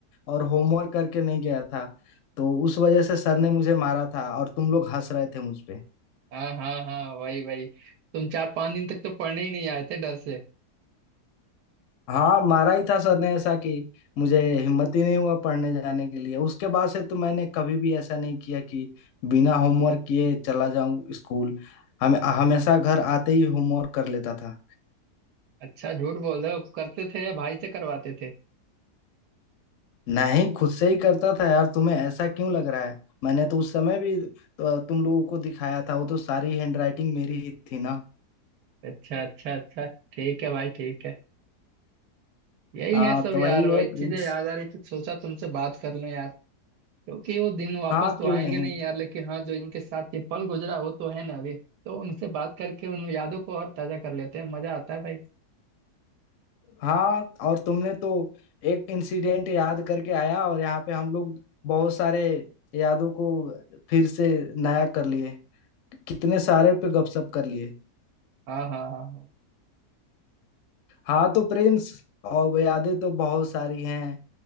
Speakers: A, on the left (about 70°); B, on the right (about 80°).
A: और होमवर्क करके नहीं गया था तो उस वजह से सर ने मुझे मारा था और तुम लोग हंस रहे थे मुझ पे
B: हाँ हाँ हाँ वही वही तुम चार पांच दिन तक तो पढ़ने ही नहीं आए थे डर से
A: हाँ मारा ही था सर ने ऐसा कि मुझे हिम्मत ही नहीं हुआ पढ़ने जाने के लिए उसके बाद से तो मैंने कभी भी ऐसा नहीं किया कि बिना होमवर्क किए चला जाऊं स्कूल हम हमेशा घर आते ही होमवर्क कर लेता था
B: अच्छा झूठ बोल रहे हो करते थे या भाई से करवाते थे
A: नहीं खुद से ही करता था यार तुम्हें ऐसा क्यों लग रहा है मैंने तो उस समय भी तो, तुम लोगों को दिखाया था वो तो सारी हैंडराइटिंग मेरी ही थी ना
B: अच्छा अच्छा अच्छा ठीक है भाई ठीक है यही
A: हाँ
B: है सब
A: तो
B: यार
A: वही
B: वही
A: है
B: चीजें
A: प्रिंस
B: याद आ रही थी सोचा तुमसे बात कर लूं यार क्योंकि वो दिन वापस
A: हाँ
B: तो
A: क्यों
B: आएंगे
A: नहीं
B: नहीं यार लेकिन हाँ जो इनके साथ ये पल गुजरा वो तो है ना अभी तो उनसे बात करके उन यादों को और ताजा कर लेते हैं मजा आता है भाई
A: हाँ और तुमने तो एक इंसिडेंट याद करके आया और यहाँ पे हम लोग बहुत सारे यादों को फिर से नया कर लिए कितने सारे पे गपशप कर लिए
B: हाँ हाँ हाँ हाँ।
A: हाँ तो प्रिंस और यादें तो बहुत सारी हैं